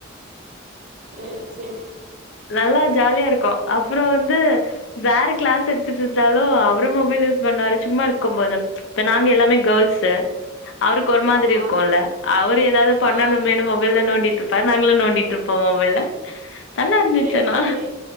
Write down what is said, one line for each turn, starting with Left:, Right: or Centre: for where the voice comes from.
Right: சேர் சேரி
Left: நல்லா ஜாலியா இருக்கு அப்புற வந்து வேற க்ளாஸ் எடுத்துட்ருந்தாலு அவுரு மொபைல் யூஸ் பண்ணுவாரு சும்மா இருக்கும்போதும் இப்ப நாங்க எல்லாமே கோள்ஸு அவுருக் ஒரு மாதுரி
Right: ஆமா
Left: இருக்குல்ல அவுரு எதாவ்து பண்ணனுமேனு
Right: ஆ
Left: மொப் வெள்ள நோண்டிட்ருப்பாரு நாங்களு நோண்டிட்ருப்போ மொபைல நல்லா இருந்துச்
Right: சேரி
Left: அனா
Right: சேரி